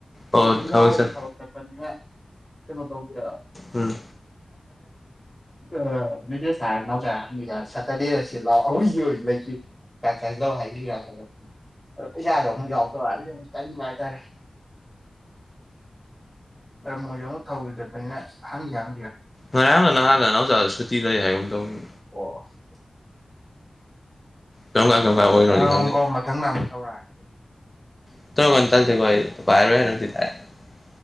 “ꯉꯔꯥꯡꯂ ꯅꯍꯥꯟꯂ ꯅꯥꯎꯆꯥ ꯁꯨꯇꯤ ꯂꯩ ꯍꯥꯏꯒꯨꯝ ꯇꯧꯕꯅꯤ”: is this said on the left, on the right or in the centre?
Left